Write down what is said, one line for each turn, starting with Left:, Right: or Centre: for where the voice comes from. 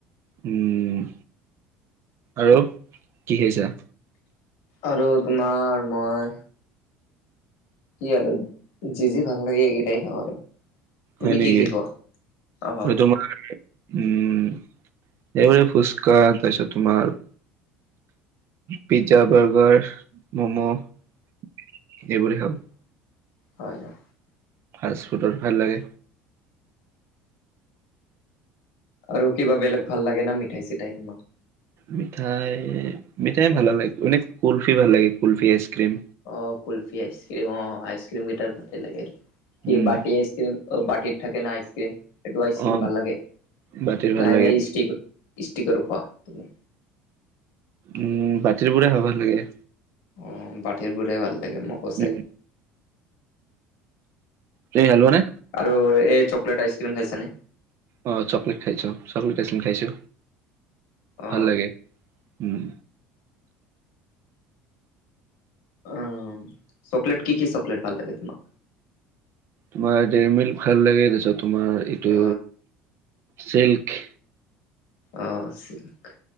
Right: উম, আৰু কি খাইছা?
Left: আৰু তোমাৰ মই কি আৰু, যি যি ভাল লাগে এইকেইটাই খাওঁ আৰু। তুমি
Right: হয় নেকি
Left: কি কি খোৱা অ অ অ হয়
Right: মই তোমাৰ উম এবোৰ যে ফুচকা তাৰপিছত তোমাৰ পিজ্জা বাৰ্গাৰ ম'ম' এইবোৰে খাওঁ
Left: হয় হয়
Right: ফাৰ্ষ্ট ফুডৰ ভাল লাগে
Left: আৰু কিবা বেলেগ ভাল লাগে না মিঠাই চিঠাই তোমাৰ
Right: মিঠাই মিঠাই ভাল লাগে এনে কুলফি ভাল লাগে কুলফি আইচক্ৰীম
Left: অ কুল্ফি আইচক্ৰিম অ আইচক্ৰিম কেইটাৰ ভাত লাগে, কি
Right: উম
Left: বাতি আইচ ক্ৰীম অ বাটিৰ থাকে ন আইচক্ৰিম এইটো আইচক্ৰিম
Right: অ
Left: ভাল লাগে
Right: বাতিৰ ভাল
Left: নাই
Right: লাগে
Left: এনেই ষ্টিকৰ ষ্টিকৰ খোৱা তুমি
Right: উম বাতিৰি বোৰে খাওঁ ভাল লাগে
Left: অ বাটিৰ বোৰে ভাল লাগে মোকো ছে
Right: উম তুমি ভাল পোৱা নে?
Left: আৰু এই চকলেট আইচক্ৰীম খাইছা নে
Right: অ চকলেট খাইছো চকলেট আইচ্ৰীম খাইছো
Left: অ
Right: ভাল লাগে, উম
Left: অ চকলেট কি কি চকলেট ভাল লাগে তোমাক
Right: তোমাৰ ডেৰি মিল্ক ভাল লাগে তাৰপাছত তোমাৰ এইটো
Left: অ
Right: চিল্ক
Left: অ চিল্ক